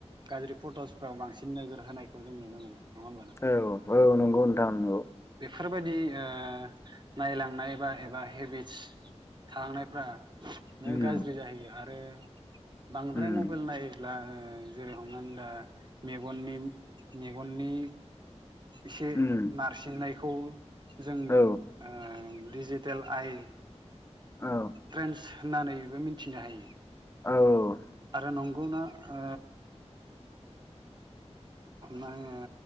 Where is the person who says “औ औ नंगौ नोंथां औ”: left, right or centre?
Left